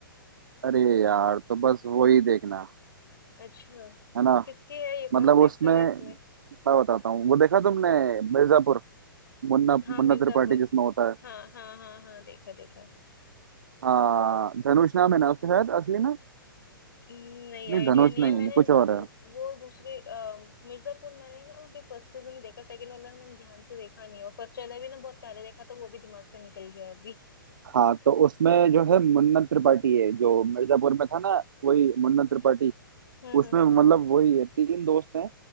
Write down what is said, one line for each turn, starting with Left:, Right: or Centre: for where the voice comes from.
Right: अरे यार तो बस वो ही देखना
Left: अच्छा
Right: है ना
Left: किसकी है ये कौन
Right: मतलब
Left: सा
Right: उसमें
Left: एक्टर है
Right: मैं
Left: इसमें
Right: बताता हूँ वो देखा तुमने मिर्जापुर मुन्ना
Left: हाँ
Right: मुन्ना
Left: मिर्जापुर
Right: त्रिपाठी जिसमें होता है
Left: हाँ हाँ हाँ हाँ देखा देखा
Right: हाँ धनुष नाम है ना उसका शायद असली ना
Left: नहीं
Right: नहीं
Left: आइडिया
Right: धनुष
Left: नहीं
Right: नहीं
Left: है मैंने
Right: कुछ और
Left: मैंने
Right: है
Left: वो दूसरे अ, मिर्जापुर मैंने ना अभी फर्स्ट सीजन देखा सेकंड वाला मैंने ध्यान से देखा नहीं है, और फर्स्ट वाला भी ना बहुत पहले देखा तो वो भी दिमाग से निकल गया अभी
Right: हाँ तो उसमें जो है मुन्ना त्रिपाठी है जो मिर्जापुर में था ना वही मुन्ना त्रिपाठी
Left: हम्म
Right: उसमें
Left: हम्म हम्म
Right: मतलब वही है तीन दोस्त हैं